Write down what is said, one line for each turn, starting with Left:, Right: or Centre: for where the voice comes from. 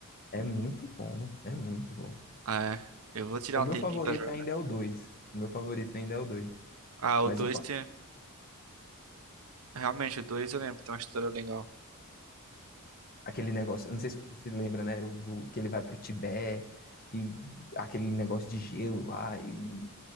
Left: É muito bom. É muito bom.
Right: Ah, é. Eu vou tirar
Left: O meu
Right: um tempinho
Left: favorito
Right: pra jogar.
Left: ainda é o dois O meu favorito ainda é o 2
Right: Ah, o
Left: Mas
Right: 2
Left: o quatro
Right: tem. Realmente, o 2 eu lembro que tem uma história legal.
Left: Aquele negócio. eu Não sei se você se lembra, né? O do, que ele vai pro Tibete. E aquele negócio de gelo lá. E,